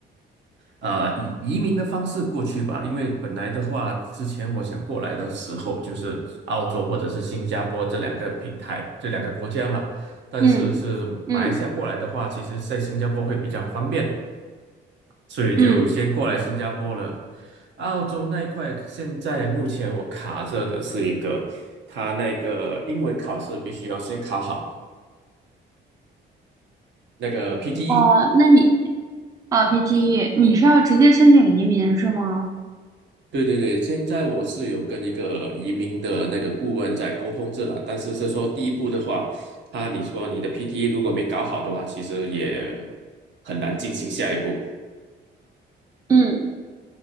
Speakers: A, on the right; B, on the right.
A: 啊、以移民的方式过去吧，因为本来的话，之前我想过来的时候，就是澳洲或者是新加坡这两个平台，这两个国家嘛。但是是马来西亚过来的话，
B: 嗯嗯
A: 其实在新加坡会比较方便，所以就先过来新加坡了。
B: 嗯。
A: 澳洲那一块，现在目前我卡着的是一个，他那个英文考试必须要先考好那个 PTE。
B: 哦，那你啊，PTE，你是要直接申请移民是吗？
A: 对对对，现在我是有跟一个移民的那个顾问在沟通这了，但是是说第一步的话，他你说你的 PTE 如果没搞好的话，其实也很难进行下一步。
B: 嗯